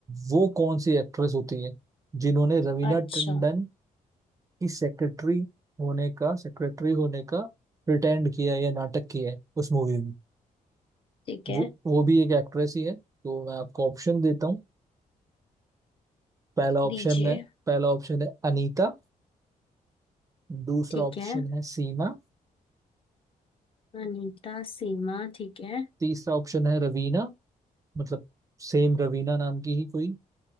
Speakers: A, on the right; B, on the left.
A: वो कौन सी एक्ट्रेस होती है जिन्होंने रवीना
B: अच्छा
A: टंडन की सेक्रेटरी होने का सेक्रेटरी होने का प्रिटेंड किया है या नाटक किया है उस मूवी में
B: ठीक है
A: वो वो भी एक एक्ट्रेस ही है तो मैं आपको ऑप्शन देता हूँ पहला ऑप्शन
B: दीजिए
A: है पहला ऑप्शन है अनीता दूसरा
B: ठीक
A: ऑप्शन
B: है
A: है सीमा
B: अनीता सीमा ठीक है
A: तीसरा ऑप्शन है रवीना मतलब सेम रवीना नाम की ही कोई